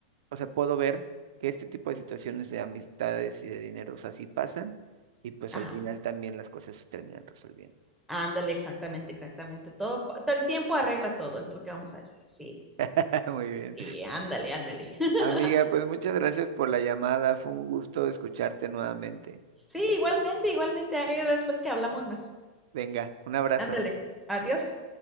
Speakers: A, on the right; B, in the centre.
A: o sea, puedo ver que este tipo de situaciones de amistades y de dinero, o sea, sí pasan y pues
B: Ajá.
A: al final también las cosas se terminan resolviendo.
B: Ándale, exactamente, exactamente. Todo, pa- todo el tiempo arregla todo, eso es lo que vamos a decir. Sí,
A: <laughs> Muy bien.
B: sí, ándale, ándale. <laughs>
A: Amiga, pues muchas gracias por la llamada, fue un gusto escucharte nuevamente.
B: Sí, igualmente, igualmente. Ahí después que hablamos más.
A: Venga, un abrazo.
B: Ándale. Adiós.